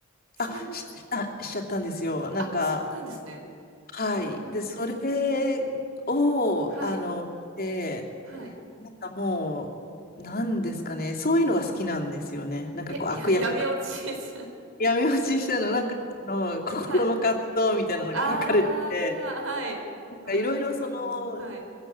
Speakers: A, on the right; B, on the left.
A: 最後、
B: あ、し、あ、しちゃったんですよ。なんか、
A: あ、そうなんですね。
B: はい。
A: うんうんうんうん。
B: で、それを、
A: はい。
B: あの、で、
A: はい。
B: なんかもう、なんですかね。そういうのが好きなんですよね。なんかこう、
A: え、や闇落ちです。
B: 悪役。闇落ちしたの、なんか、あの、心の葛藤みたいなのが書かれてて
A: <laughs> はい。ああ、はい。わかりますわかります。
B: いろいろその、
A: はい。